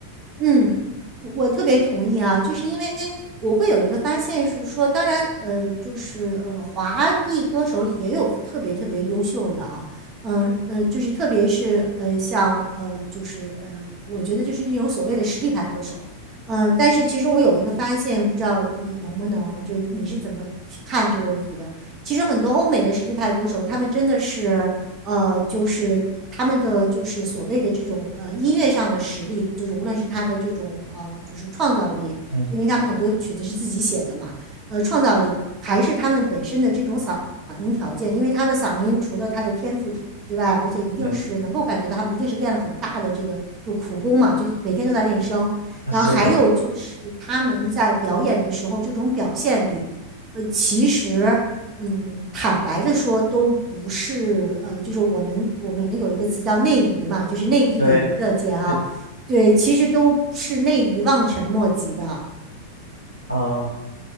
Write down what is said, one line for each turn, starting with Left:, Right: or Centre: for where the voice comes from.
Right: 嗯，我我特别同意啊，就是因为我会有一个发现是说，当然，呃，就是呃，华裔歌手里也有特别特别优秀的啊，嗯、
Left: 对
Right: 嗯，就是特别是呃，像呃，就是呃，我觉得就是那种所谓的实力派歌手，嗯、但是其实我有一个发现，不知道你能不能，就你是怎么看这个问题的？其实很多欧美的实力派歌手，他们真的是。呃，就是他们的就是所谓的这种呃音乐上的实力，就是无论是他的这种呃就是创造力，
Left: 嗯，
Right: 就因为他们很多曲子是自己写的嘛，呃，创造力还是他们本身的这种嗓音条件，因为他的嗓音除了他的天赋。之外，而且一定是能够感觉到他们一定是练了很大的这个就苦功嘛，
Left: 对，
Right: 就每天都在练声。然后还有就是他们在表演的时候这种表现力，
Left: 是的，
Right: 呃，其实嗯，坦白的说，都不是呃，就是我们我们有一个词叫内娱嘛，就是内地的娱乐界哈、
Left: 对对
Right: 对，其实都是内娱望尘莫及的。
Left: 啊。